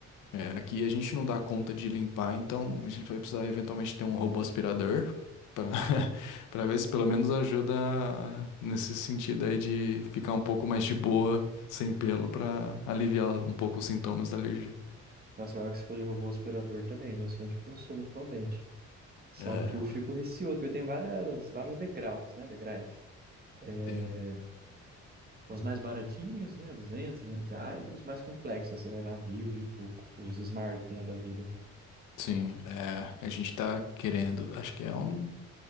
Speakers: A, on the left; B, on the right.
A: É, aqui a gente não dá conta de limpar, então a gente vai precisar eventualmente ter um robô aspirador para <laughs> para ver se pelo menos ajuda nesse sentido aí de ficar um pouco mais de boa, sem pelo, para aliviar um pouco os sintomas da alergia.
B: Nossa, agora que você falou de robô aspirador também, meu sonho é de consumo atualmente. Só
A: É,
B: que eu fico receoso, porque tem várias, vários degraus, né? Degraus.
A: tem.
B: É, Os mais baratinhos, né? duzentos, 300 reais. E os mais complexos, você vai dar mil, mil e pouco. Os smart, né, da vida.
A: Sim, é, a gente tá querendo, acho que é um